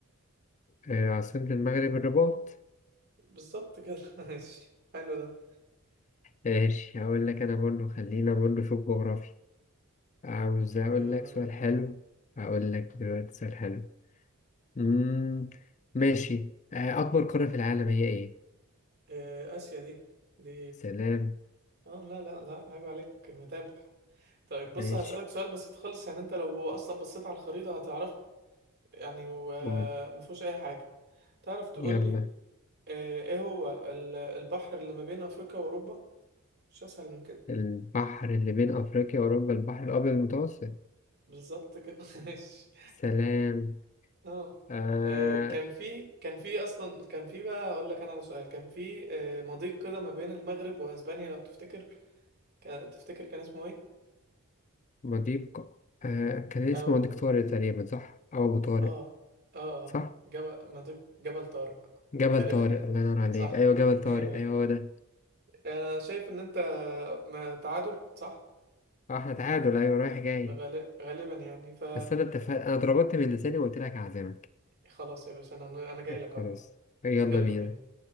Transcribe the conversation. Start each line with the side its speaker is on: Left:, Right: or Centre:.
Left: آه عاصمة المغرب الرباط
Right: بالظبط كده <laughs> ماشي حلو ده
Left: ماشي هقول لك أنا برضو خلينا برضو في الجغرافيا عاوز أقول
Right: يلا
Left: لك سؤال
Right: بينا
Left: حلو هقول لك دلوقتي سؤال حلو مم. ماشي آه أكبر قارة في العالم هي إيه؟
Right: آه، اسيا دي دي
Left: سلام
Right: اه لا لا لا عيب عليك متابع طيب بص
Left: ماشي
Right: هسألك سؤال بسيط خالص يعني انت لو اصلا بصيت على الخريطة هتعرفه يعني وما
Left: قول
Right: فيهوش اي حاجة تعرف تقول
Left: يلا
Right: لي آه، ايه هو ال- البحر اللي ما بين افريقيا واوروبا مش اسهل من كده
Left: البحر اللي بين أفريقيا وأوروبا البحر الأبيض المتوسط
Right: بالظبط كده <laughs> ماشي
Left: سلام
Right: اه
Left: آه
Right: آه، كان في كان في اصلا كان في بقى اقول لك انا على سؤال كان في آه، مضيق كده ما بين المغرب واسبانيا لو تفتكر كان- تفتكر كان اسمه ايه
Left: مضيق آه كان اسمه
Right: او
Left: مضيق طارق تقريبا صح؟ أو أبو طارق
Right: اه اه آه.
Left: صح؟
Right: جبل ما ده جبل طارق
Left: جبل
Right: غالبا
Left: طارق
Right: يعني
Left: الله ينور عليك
Right: صح
Left: ايوه جبل
Right: <laughs> مية
Left: طارق
Right: مية
Left: ايوه هو ده
Right: انا شايف ان انت ما تعادل صح
Left: اه احنا تعادل ايوه رايح جاي
Right: غالب غالبا يعني ف
Left: بس انا اتفق انا اتربطت من لساني وقلت لك هعزمك
Right: خلاص يا باشا انا انا جاي
Left: <laughs>
Right: لك اهو
Left: خلاص
Right: <laughs>
Left: يلا
Right: يلا
Left: بينا
Right: بينا